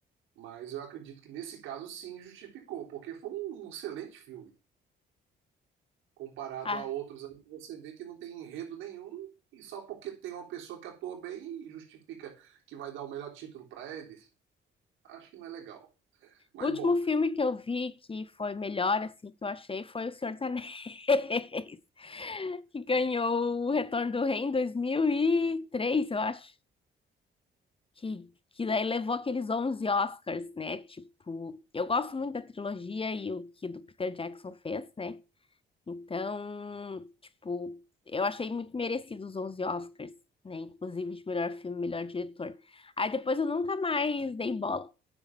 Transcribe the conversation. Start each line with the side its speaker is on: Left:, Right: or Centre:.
Right: Mas eu acredito que nesse caso, sim, justificou, porque foi um um excelente filme. Comparado
Left: Ah,
Right: a outros aí, que você vê que não tem enredo nenhum e só porque tem uma pessoa que atua bem e justifica que vai dar o melhor título para eles. Acho que não é legal. Mas,
Left: O último
Right: bom,
Left: filme que eu vi que foi melhor, assim, que eu achei foi O Senhor dos Anéis, <laughs> que ganhou o Retorno do Rei em 2003 eu acho, que, que daí levou aqueles 11 Oscars, né? Tipo, eu gosto muito da trilogia e o que do Peter Jackson fez, né? Então, tipo, eu achei muito merecido os 11 Oscars, né? Inclusive de melhor filme, melhor diretor. Aí depois eu nunca mais dei bola